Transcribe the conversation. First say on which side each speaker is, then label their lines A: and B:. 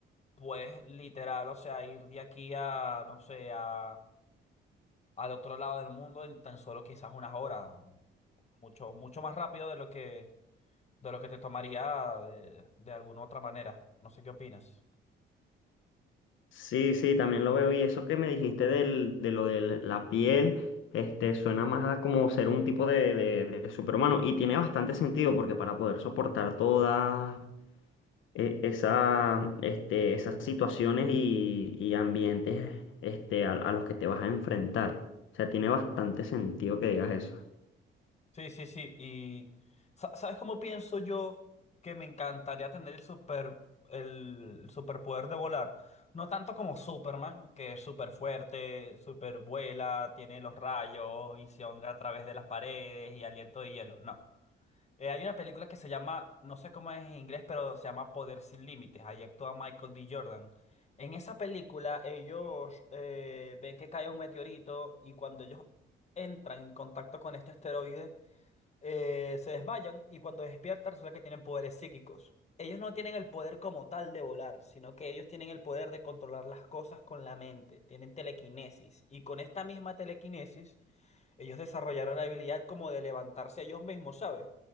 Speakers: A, on the left; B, on the left.
A: puedes literal, o sea, ir de aquí a, no sé, a, al otro lado del mundo en tan solo quizás unas horas. o- o Mucho, mucho más rápido de lo que, de lo que te tomaría de, de alguna otra manera. No sé qué opinas.
B: Sí, sí, también lo veo. Y eso que me dijiste del, de lo de la piel, este, suena más a como ser un tipo de, de- de superhumano. Y tiene bastante sentido porque para poder soportar todas eh, esa, este, esas situaciones y, y ambientes este, a, a los que te vas a enfrentar. O sea, tiene bastante sentido que digas eso.
A: Sí, sí, sí. Y sa- ¿sabes cómo pienso yo que me encantaría tener el super el superpoder de volar? No tanto como Superman, que es súper fuerte, súper vuela, tiene los rayos, visión a través de las paredes y aliento de hielo. No. Eh, hay una película que se llama, no sé cómo es en inglés, pero se llama Poder sin Límites. Ahí actúa Michael B. Jordan. En esa película ellos eh, ven que cae un meteorito y cuando ellos entran en contacto con este asteroide eh, se desmayan y cuando despiertan resulta que tienen poderes psíquicos. Ellos no tienen el poder como tal de volar, sino que ellos tienen el poder de controlar las cosas con la mente, tienen telequinesis y con esta misma telequinesis ellos desarrollaron la habilidad como de levantarse ellos mismos, ¿sabes?